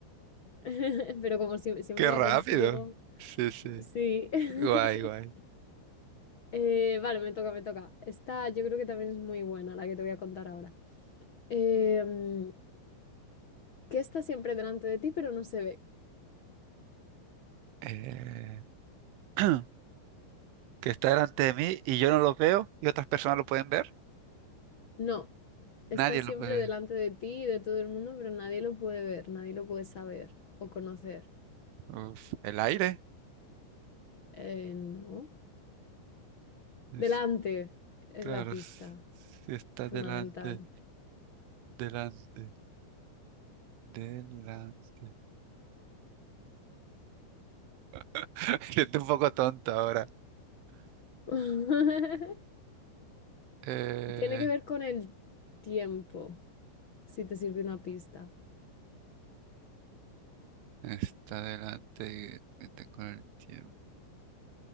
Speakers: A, on the left (about 60°); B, on the right (about 75°).
A: <laughs> pero como sie- siempre
B: Qué
A: va
B: rápido.
A: contigo.
B: Sí, sí.
A: Sí. <laughs>
B: Guay, guay.
A: Eh, vale, me toca, me toca. Esta yo creo que también es muy buena, la que te voy a contar ahora. Em, ¿qué está siempre delante de ti, pero no se ve?
B: Eh, <clears throat> que está delante de mí y yo no lo veo y otras personas lo pueden ver.
A: No,
B: Nadie
A: está siempre
B: lo puede
A: delante
B: ver.
A: de ti y de todo el mundo, pero nadie lo puede ver, nadie lo puede saber o conocer.
B: Uf, el aire.
A: Eh, no.
B: Es-
A: Delante es
B: claro,
A: la pista
B: s- si está
A: fundamental.
B: delante, delante. Delante. <laughs> Estoy un poco tonta ahora.
A: <laughs>
B: Eh,
A: Tiene que ver con el tiempo, si te sirve una pista.
B: está delante y vete con el tiempo.